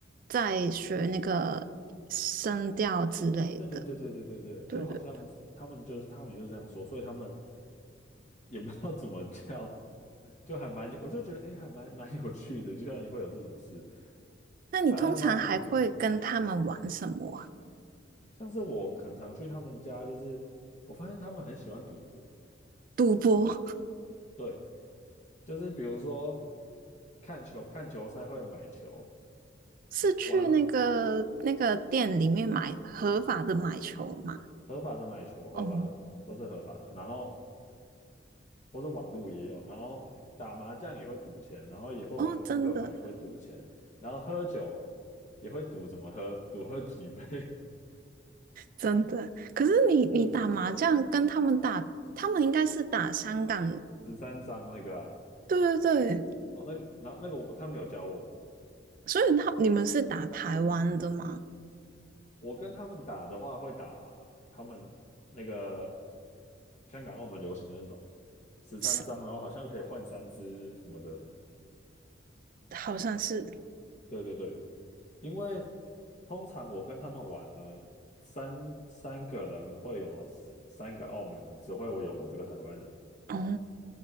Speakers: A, on the right (about 45°); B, on the left (about 40°).
A: 在学那个声调之类的，
B: 对对对对对对对，就好像他们就是他米就是这样说，
A: 对不对？
B: 所以他们也不知道怎么叫，就还蛮有，我就觉得哎，诶还蛮蛮有趣的，居然会有这种事，
A: 那你通常还会跟他们玩什么啊？
B: 好像是他们，像是我很常去他们家，就是我发现他们很喜欢赌博，
A: 赌博
B: 对，就是比如说看球看球赛会买球，
A: <laughs> 是去那个那个店里面买合法的买球吗？
B: 玩合法的买球，合法的都是合法的，
A: 哦，
B: 然后。或是网络也有，然后打麻将也会赌钱，然后也会玩扑克牌也会赌钱，
A: 哦，真的
B: 然后喝酒也会赌怎么喝，赌喝几杯，
A: 真的。可是你你打麻将跟他们打，
B: <laughs> 对，
A: 他们应该是打香港，
B: 十三张那个啊，
A: 对对对。
B: 哦那个，然后那个我他们有教我，
A: 所以他你们是打台湾的吗？
B: 我跟他们打的话会打他们那个香港澳门流行的那种十三张，
A: 是
B: 然后好像可以换三只什么的，
A: 好像是，
B: 对对对，因为通常我跟他们玩呢，三三个人会有三三个澳门人，只会我有我这个台湾人，
A: 哦，